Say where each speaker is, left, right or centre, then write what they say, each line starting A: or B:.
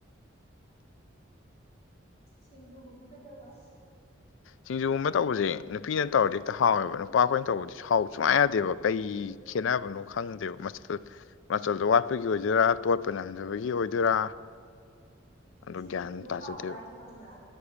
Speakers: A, on the left (about 30°); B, on the left (about 75°).
A: ꯁꯤꯡꯖꯨꯒꯨꯝꯕ ꯀꯩꯗꯧꯕ
B: ꯁꯤꯡꯖꯨꯒꯨꯝꯕ ꯇꯧꯕꯁꯦ ꯅꯨꯄꯤꯅ ꯇꯧꯔꯗꯤ ꯍꯦꯛꯇ ꯍꯥꯎꯋꯦꯕ
A: ꯑꯥ
B: ꯅꯨꯄꯥ ꯑꯩꯈꯣꯏꯅ ꯇꯧꯕꯗꯤ ꯍꯥꯎ ꯁꯨꯡꯌꯥ ꯌꯥꯗꯦꯕ ꯀꯩ ꯈꯦꯠꯅꯕꯅꯣ ꯈꯪꯗꯦꯕ ꯃꯆꯥꯜ ꯃꯆꯜꯗꯣ ꯋꯥꯠꯄꯒꯤ ꯑꯣꯏꯗꯣꯏꯔꯥ ꯇꯣꯠꯄ ꯅꯝꯗꯕꯒꯤ ꯑꯣꯏꯗꯣꯏꯔꯥ ꯑꯗꯣ
A: ꯁꯤꯡꯖꯨꯗꯣ
B: ꯒ꯭ꯌꯥꯟ ꯇꯥꯖꯗꯦꯕ
A: ꯍꯥꯎꯕ ꯍꯥꯏꯁꯦ ꯈꯝꯕ꯭ꯔꯥ